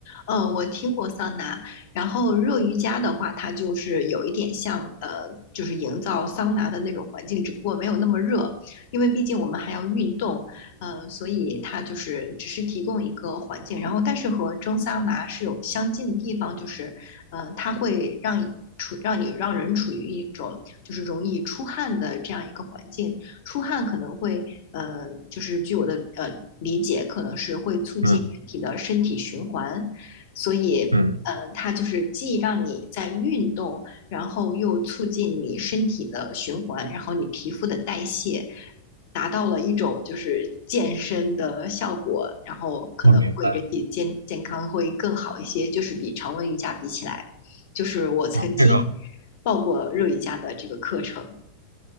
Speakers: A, on the left; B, on the right.
A: 嗯，我听过桑拿，然后热瑜伽的话，它就是有一点像呃，就是营造桑拿的那种环境，只不过没有那么热，因为毕竟我们还要运动，呃，所以它就是只是提供一个环境，然后但是和蒸桑拿是有相近的地方，就是呃，它会让处让你让人处于一种就是容易出汗的这样一个环境，出汗可能会呃，就是据我的呃理解，可能是会促进人体的身体循环。
B: 嗯
A: 所以，
B: 嗯，
A: 呃，它就是既让你在运动，然后又促进你身体的循环，然后你皮肤的代谢，达到了一种就是健身的效果，然后可能会人体健健康会更好一些，
B: 我明白
A: 就是比常温瑜伽比起来，就是我曾经
B: 这个。
A: 报过热瑜伽的这个课程。